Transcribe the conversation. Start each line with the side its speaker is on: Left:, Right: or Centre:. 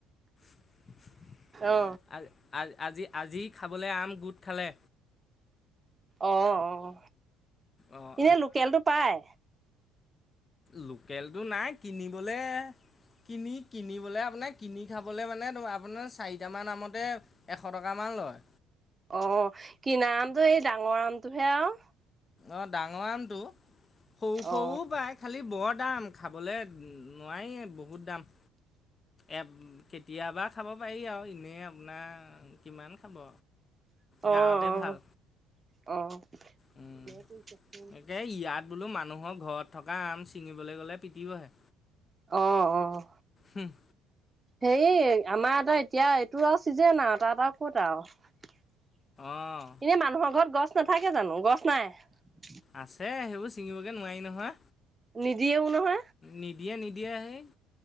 Left: <unintelligible>
Right: অ
Left: আ আ আজি আজি খাবলে আম গোট খালে
Right: অ' অ'হ
Left: অঁ
Right: এনে লোকেলটো পায়
Left: লোকেল টো নাই কিনিবলে কিনি কিনিবলে আপোনাৰ কিনি খাবলে মানে আপোনাৰ চাৰিটামান আমতে এশ টকামান লয়
Right: অ কিনা আমটো এই ডাঙৰ আমটোহে আৱ
Left: অ ডাঙৰ আমটো সৰু সৰু
Right: অ
Left: পায় খালি বৰ দাম খাবলে নোৱাৰিয়ে বহুত দাম এ কেতিয়াবা খাব পাৰি আৰু এনেই আপোনাৰ কিমান খাব
Right: অ'
Left: গাঁৱতে ভাল
Right: অ'
Left: উম
Right: অ'
Left: একে ইয়াত বোলো মানুহৰ ঘৰত থকা আম ছিঙিবলৈ গ'লে পিটিবহে।
Right: অ' অ'
Left: উম
Right: হেৰি আমাৰ এটা এতিয়া এইটোৰ আৰু চিজন আৰু তাতাত আৰু ক'ত আৰু
Left: অঁ
Right: এনে মানুহৰ ঘৰত গছ গ নাথাকে জানো গছ নাই।
Left: আছে সেইবোৰ ছিঙিবগে নোৱাৰি নহয়।
Right: নিদিয়েও নহয়।
Left: নিদিয়ে নিদিয়ে হে